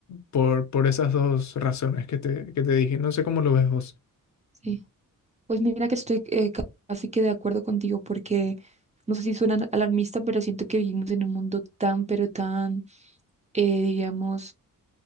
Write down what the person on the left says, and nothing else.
por, por esas dos razones que te, que te dije. No sé cómo lo ves vos.